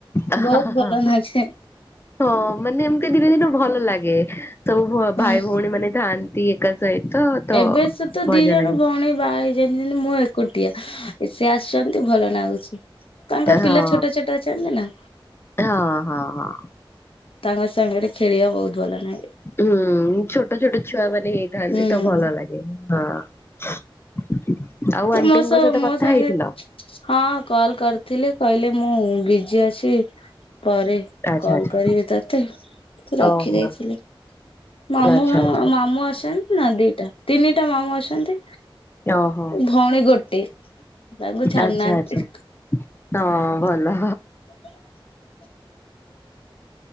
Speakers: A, on the left; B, on the left.
A: ଆ
B: ବହୁତ
A: ହା
B: ଭଲ
A: ହା
B: ଆଛେ।
A: ହଁ ମାନେ ଏମତି ଦିନେ ଦିନେ ଭଲ ଲାଗେ ସବୁ ଭାଇ
B: ହୁଁ
A: ଭଉଣୀ ମାନେ ଥାଆନ୍ତି ନ୍ତୀ ଏକା ସହିତ। ତ
B: ଏବେ ସେ ତ
A: ମଜା
B: ଦି ଜଣ
A: ଲାଗେ।
B: ଭଉଣୀ ବାହା ହୋଇଯାଇଛନ୍ତି ମୁଁ ଏକୁଟିଆ। ଏତେ ଆସୁଛନ୍ତି ଭଲ ନାଗୁଛି ତାଙ୍କ
A: ହଁ
B: ପିଲା ଛୋଟ ଛୋଟ ଅଛନ୍ତି ନା।
A: ହଁ ହଁ ହଁ।
B: ତାଙ୍କ ସାଙ୍ଗରେ ଖେଳିବା ବହୁତ ଭଲ ନାଗେ।
A: ହୁଁ ଛୋଟ ଛୋଟ ଛୁଆମାନେ ହେଇଥାନ୍ତି
B: ହୁଁ
A: ତ ଭଲ ଲାଗେ। ହଁ ଆଉ ଆଣ୍ଟିଙ୍କ
B: ମୋ ସହ
A: ସହିତ
B: ମୋ
A: କଥା
B: ସାଙ୍ଗେ
A: ହେଇଥିଲ?
B: ହଁ କଲ କରିଥିଲି କହିଲେ ମୁଁ ବିଜି ଅଛି ପରେ
A: ଆଚ୍ଛା
B: କଲ
A: ଆଚ୍ଛା
B: କରିବି ତତେ ତ ରଖିଦେଇଥିଲି।
A: ଓହୋ
B: ମାମୁଁ
A: ଆଚ୍ଛା ଆଚ୍ଛା
B: ମାମୁଁ ଅଛନ୍ତି ନା ଦିଟା ତିନିଟା ମାମୁଁ ଅଛନ୍ତି।
A: ଓହୋ
B: ଭଉଣୀ ଗୋଟିଏ ତାଙ୍କୁ ଛାଡୁନାହାନ୍ତି।
A: ଆଚ୍ଛା ଆଚ୍ଛା। ହଁ ଭଲ।
B: <inaudible>